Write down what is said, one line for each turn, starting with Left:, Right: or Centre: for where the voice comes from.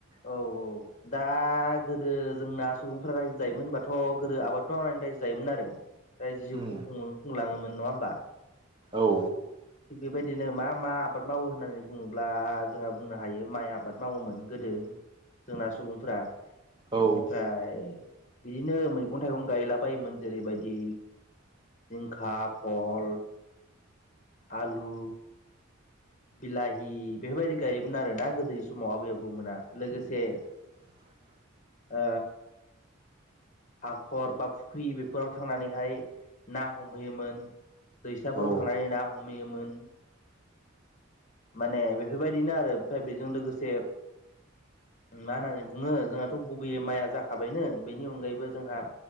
Right: <inaudible>
Left: औ औ दा गोदो जोंना सुबुंफोरा रायजो जायोमोन होनबाथ' गोदो आबाद मावनानै रायजो जायोमोन आरो दाय जिउखौ
Right: उम
Left: खुंलाङोमोन नङा होमबा
Right: औ
Left: थिग बेबायदिनो मा मा आबाद मावो होननानै बुङोब्ला जोंहा बुंनो हायो माइ आबाद मावोमोन गोदो जोंना सुबुंफोरा बेनिफ्राय
Right: औ
Left: बिदिनो मैगं थाइगं गायलाबायायोमोन जेरैबायदि जिंखा फल आलु बिलाहि बेफोरबायदि गायोमोन आरोना गोदोनि समाव आबै आबौमोना लोगोसे
Right: <inaudible>
Left: ओ हाखर बा फुख्रि बेफोराव थांनानैहाय ना हमहैयोमोन दैसाफोर
Right: औ
Left: थांनानै ना हमहैयोमोन माने बेफोरबायदिनो आरो ओमफ्राय बेजों लोगोसे मा होननानै बुङो जोंहाथ' गुबैयै माइया जाखाबायनो बेनि अनगायैबो जोंहा